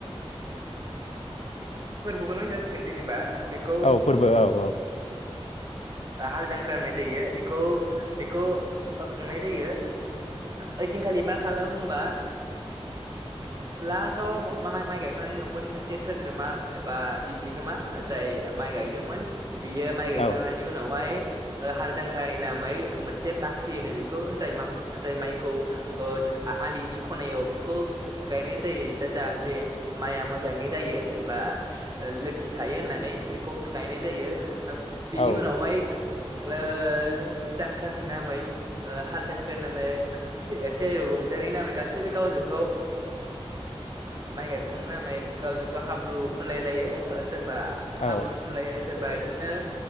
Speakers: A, on the right; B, on the left.
A: फोरबोखौनो होनजासिगोन जेनेबा बेखौ
B: औ फोरबो औ औ
A: हाल जांख्रा होननाय जायो बेखौ बेखौ खुंनाय जायो। ओइदिनखालि मा खालामो होमबा लास्टआव मा- माइ गायखांनानै नख खर'नि सासे सोद्रोमा एबा बि बिगोमा जाय माइ गायदोंमोन बियो माइ गायखांनायनि
B: औ
A: उनावहाय हाल जांख्रानि नामै मोनसे बाख्रि होनो बेखौ जाय मां जाय माइखौ ओ आ-आलिनि ख'नायाव बेखौ गायनाय जायो जा जाहाथे माइआ मोजाङै जायो एबा लोखि थायो होननानै बेखौ गायनाय जायो बेनि
B: औ
A: उनावहाय ओह जांख्रानि नामै हाल जांख्रानि नामै एसे रंजानायनि नामै गासैबो गाव गावजों गाव माइ गायखां नामै गावजोंगाव हाब्रु फुनलायलायो सोरबा
B: औ
A: हाब्रु फुनलायो सोरबा बिदिनो